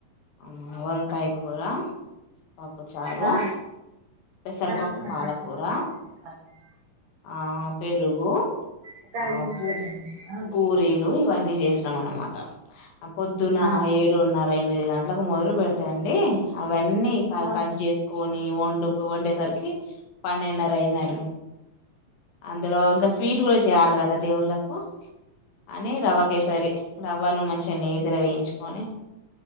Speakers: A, on the left; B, on the right.
A: ఉమ్ వంకాయ కూర పప్పు చారు
B: ఆ
A: పెసరపప్పు
B: రండి నాతోటి
A: పాలకూర
B: మాట్లాడు వేరే కాల్ ఉంది
A: ఆ పెరుగు
B: ఒక ఐదు
A: ఆ
B: నిమిషాలండి
A: పూ
B: ఆ
A: పూరీలు లు ఇవన్నీ చేసినం అనమాట పొద్దున
B: ఆ
A: ఏడున్న ఎనిమిది గంటలకు మొదలు పెడతాండి అవన్నీ క
B: ఆ
A: కట్ చేసుకు కొని వండుకు వండేసరికి పన్నెన్నర అయిందండి అందులో ఒకా స్వీట్
B: ఆ
A: కూడ చేయాలి కదా దేవుళ్ళలకు అని రవ్వ కేసరి రవ్వను మంచిగా నేదల వేయించుకొని